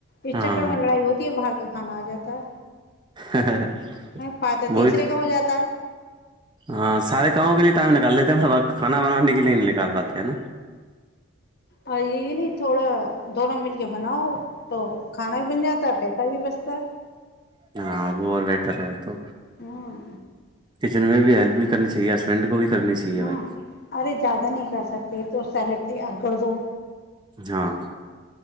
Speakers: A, on the left; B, on the right.
A: اس
B: ہاں
A: چکر میں لڑائی ہوتی ہے باہر کا کھانا آ جاتا ہے
B: ہ <unintelligible>
A: فائدہ تیسرے
B: بت
A: کا ہو جاتا ہے
B: ہاں سارے کاموں کے لیے ٹائم نکال لیتے کھانا بانانی کے لیے نہیں نےکال پاتے ہے نا
A: اور یہ نہیں تھوڑا دونوں مل کے بناؤ تو کھانا بھی بن جاتا ہے پیسہ بھی بچتا ہے
B: ہاں وہ بیٹر ہے تو
A: ہوں
B: کچن میں بھی ہیلپ بھی کرنی چاہیے ہسبینڈ کو بھی کرنی چاہیے
A: ہوں
B: بھائی
A: ارے زیادہ نہیں کر سکتے تو سیلیڈ تیار کر دو
B: ہاں